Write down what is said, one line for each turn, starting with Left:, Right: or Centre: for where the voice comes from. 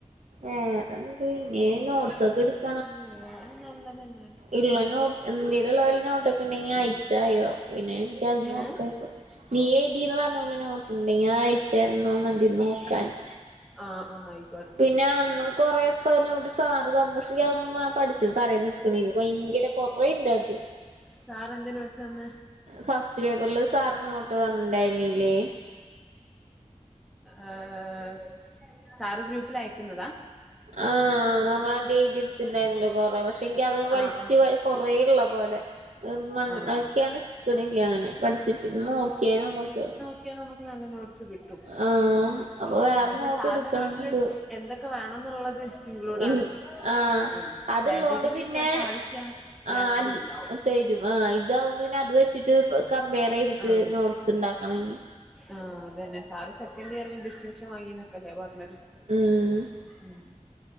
Right: ഏഹ് വേറെന്ത് ഇന്ന നോട്സ് ഒക്കെ എ
Centre: വേറെ നല്ലതന്നെയാണ്
Right: ഉള്ളോട്ട് എന്തലുള്ളവലോട്ടൊക്കെ ഉണ്ടെങ്കി അയച്ചായോ
Centre: ഉം
Right: പിന്നെ എനിക്കത് നോക്ക
Centre: ഏഹ്
Right: ഇപ്പോ നീ എഴുതിന്ന് പറഞ്ഞ പോലെ നോട്ട് ഉണ്ടെങ്കി അയച്ചരുന്നോ മതി നോക്കാന്
Centre: ആഹ് ആ ആയി
Right: പിന്നെ അന്നും കുറേസോ നോട്ട് സാറ് തന്നു പക്ഷെതും പഠിച്ചി തല നിൽക്കണല്ല ഭയങ്കരം കൊറേണ്ടകത്ത്
Centre: സാറെന്തിന് വേടിച്ചന്ന്
Right: ഫസ്റ്റ് പേപ്പറ്ല് സാറ്നോട്ട് തന്ന്ണ്ടായിര്ന്നിലേ
Centre: ഏഹ് സാറ് ഗ്രൂപ്പിലയക്ക്ന്നതാ
Right: ആഹ് നമ്മളന്റെെതി ട്ത്ത്ണ്ടായിര്ന്നല്ലോ കൊറേ പക്ഷെ എങ്കി അത് വലിച്ച്
Centre: ആഹ് ആഹ്
Right: വാരി കൊറേള്ളപോലെ അഅ് മണ്
Centre: ആണോ
Right: അഒക്കെയണ് ക്ക്ണില്യ അങ്ങനെ പഠിച്ചിട്ടിര്ന്ന് നോക്കിയാര്ന്നു അതൊക്കേ
Centre: ക്ക് നമക്ക് നല്ല നോട്ട്സ് കിട്ടും
Right: ആഹ് അപ്പൊ
Centre: ഉം
Right: വേറെ
Centre: പക്ഷെ
Right: നോട്ട്
Centre: സാറ്ന്
Right: എടുക്കണംന്നുണ്ട്
Centre: നോട്ട്ല് എന്തൊക്കെ വാണംന്ന്ള്ളത് ത് ഇക്ലൂഡാണ്
Right: ഇൻ ആഹ്
Centre: ഉം
Right: അത്ള്ളോണ്ട്
Centre: ചാറ്റ്ജിറ്റിപി
Right: പിന്നെ
Centre: ചെലപ്പോ ആവശ്യ ഇല്യാത്തതും
Right: ആഹ് അൽ
Centre: ഉണ്ടാവും
Right: തരും ആഹ് ഇതാവോണ്ട് പിന്നെ അത് വെച്ചിട്ട് പ കംമ്പയറൈതിട്ട്
Centre: ആഹ്
Right: നോട്സ് ഇണ്ടാക്കണം ഇനി
Centre: ആഹ് അതന്നെ സാറ് സെക്കൻഡ് ഇയർല് ഡിസ്റ്റിങ്ഷൻ വാങ്ങിന്നൊക്കെല്ലേ പർണത്
Right: ഉം
Centre: ഉം